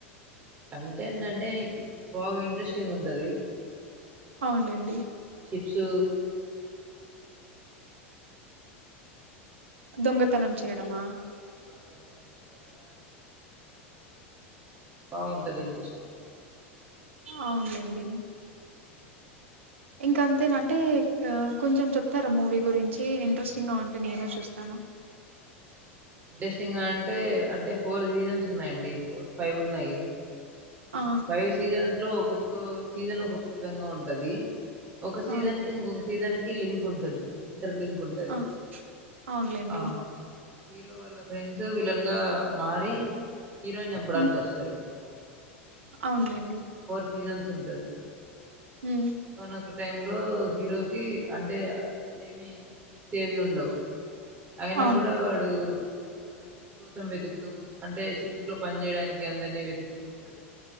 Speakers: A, on the right (about 25°); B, on the right (about 75°).
A: కంటేంటంటే నీకు బాగా ఇంట్రెస్టింగ్ ఉంటది
B: అవునండి
A: సూ
B: దొంగతనం చేయడమా
A: ఆ దొంగతనం చేయడం అలాంటివి బాగుంటది ఇంట్రెస్టింగ్
B: అవును లేండి
A: <unintelligible>
B: ఇంక అంతేనంటే కొంచెం చెప్తారా మూవీ గురించి ఇంట్రెస్టింగ్గా ఉంటే నేను చూస్తాను
A: టెస్టింగ్ అంటే అంటే ఫోర్ సీజన్స్ ఉన్నాయండి ఫోర్ ఫైవ్ ఉన్నాయి
B: ఆ!
A: పై సిజన్ లో సీజన్ ఒకొక్క విధంగా ఉంటుంది అది ఒక సీజన్
B: ఆ!
A: కి ఇంకొక సీజన్ కి లింక్ ఉంటది ఇంటర్ లింక్ ఉంటది
B: ఆ అవునులేండి
A: ఆ హీరో వాళ్ళ ఫ్రెండ్స్ విలన్ గా మారి హీరోన్ చంపడానికి
B: హ్మ్.
A: వస్తారు
B: అవునులేండి
A: తీయాల్సి ఉంటది.
B: హ్మ్.
A: ఒక్కనోకట్ టైం లో హీరోకి అంటే ఏమి షిప్స్ ఏవి ఉండవు. అయినా
B: అవునులేండి.
A: కూడా వాడు. షిప్స్ కోసం వెతుకుతూ అంటే షిప్స్ లో పని చేయడానికి అందరినీ వెతుకుతూ ఉంటాడు.